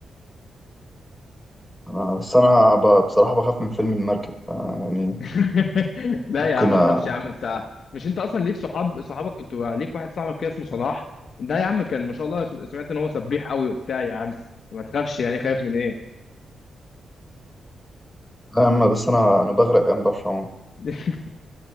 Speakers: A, in the centre; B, on the left.
A: انا بس انا ب... بصراحه بخاف من فيلم المركب آه يعني
B: <laughs> لا
A: ممكن
B: يا عم ما
A: أ-
B: تخافش يا عم انت مش انت اصلا ليك صحاب صحابك كنت ليك واحد صاحبك كده اسمه صلاح ده يا عم كان ما شاء الله سمعت ان هو سبيح قوي وبتاع يا عم ما تخافش يعني خايف من ايه
A: اما بس انا انا بغرق يا عم بعرفش اعوم
B: <laughs>